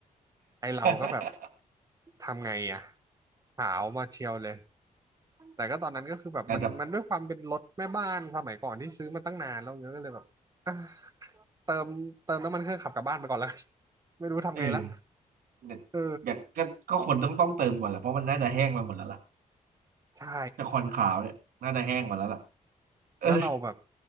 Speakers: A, on the right; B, on the right.
A: ไอเราก็แบบ
B: <laughs>
A: ทำไงอะขาวมาเชียวเลย แต่ก็ตอนนั้นก็คือแบบมันมันด้วยความเป็นรถแม่บ้านสมัยก่อนที่ซื้อมาตั้งนานแล้วเนี้ยก็เลยแบบอ่ะ
B: น่าจะ
A: เติมเติมน้ำมันเครื่องขับกลับบ้านไปก่อนแล้วกัน <laughs> ไม่รู้ทำไงละ
B: เออเนี่ยอย่างก็ก็คนต้องต้องเติมก่อนแหละเพราะมันน่าจะแห้งไปหมดแล้วล่ะ
A: เออใช่
B: แต่คอนขาวเนี่ยน่าจะแห้งหมดแล้วล่ะเออ
A: แล้วเราแบบ